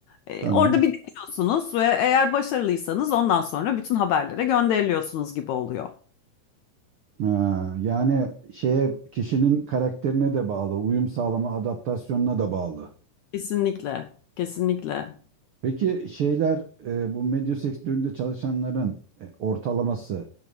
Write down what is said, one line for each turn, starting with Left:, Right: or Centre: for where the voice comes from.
Left: E,
Right: tamam.
Left: orada bir deniyorsunuz ve eğer başarılıysanız ondan sonra bütün haberlere gönderiliyorsunuz gibi oluyor.
Right: Ha, yani şeye kişinin karakterine de bağlı, uyum sağlama, adaptasyonuna da bağlı.
Left: Kesinlikle, kesinlikle.
Right: Peki şeyler e, bu medya sektöründe çalışanların e, ortalaması